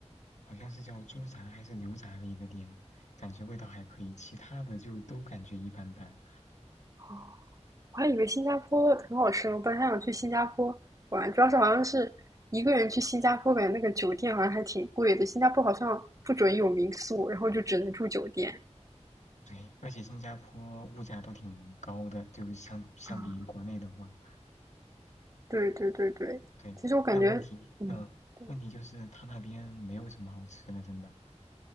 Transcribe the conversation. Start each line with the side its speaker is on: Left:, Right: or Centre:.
Left: 好像是叫猪杂还是牛杂的一个店，感觉味道还可以，其他的就都感觉一般般。
Right: 哦，我还以为新加坡很好吃呢，我本来还想去新加坡玩，主要是好像是一个人去新加坡，感觉那个酒店好像还挺贵的，新加坡好像不准有民宿，然后就只能住酒店。
Left: 对，而且新加坡物价都挺高的，就相相比于国内的话。
Right: 啊，对对对对，
Left: 对，
Right: 其实我感觉，
Left: 但问题，
Right: 嗯，
Left: 嗯、
Right: 对，
Left: 问题就是他那边没有什么好吃的，真的。